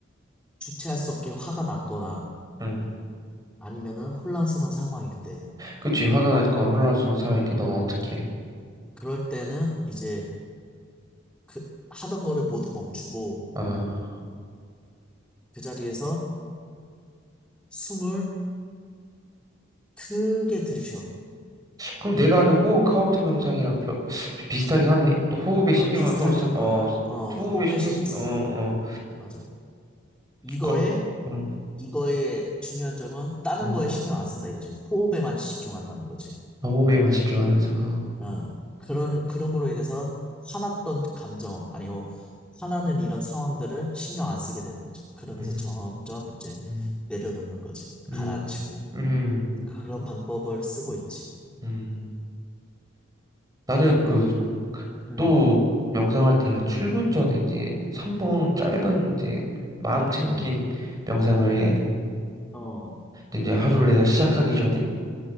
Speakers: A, in the centre; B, on the right.
A: 주체할 수 없게 화가 났거나
B: 음.
A: 아니면은 혼란스러운 상황일 때,
B: 그치, 화가 났거나 혼란스러운 상황일 때
A: 음,
B: 너는 어떻게 해?
A: 그럴 때는 이제 그 하던 거를 모두 멈추고
B: 아,
A: 그 자리에서 숨을 크게 들이쉬어.
B: 그럼 내가 하는 호흡 카운트 명상이랑 벼- 좀 비슷하긴 하네. 또 호흡에 신경을
A: 어, 비슷하긴
B: 서로 쓰,
A: 할
B: 어,
A: 거야. 어,
B: 호흡에
A: 호흡에
B: 신경
A: 신경
B: 쓰,
A: 쓰는
B: 어,
A: 거야.
B: 어,
A: 맞아. 이거에,
B: 거, 음,
A: 이거의 중요한 점은 다른
B: 음.
A: 거에 신경 안 쓴다 이거지. 호흡에만 집중한다는 거지.
B: 호흡에만 집중하면서.
A: 어, 그런, 그럼으로 인해서 화났던 감정, 아니, 뭐, 화나는 이런 상황들을 신경 안 쓰게 되는 거지. 그러면서
B: 음,
A: 점점 이제
B: 음.
A: 내려놓는 거지.
B: 음,
A: 가라앉히고.
B: 음,
A: 그런 방법을 쓰고 있지.
B: 음. 나는 그,
A: 음,
B: 또, 명상할 때가 출근 전에 이제 3분 짧은 이제 마음 챙긴
A: 음,
B: 명상을 해.
A: 어,
B: 근데 이제 하루를 내가 시작하기 전에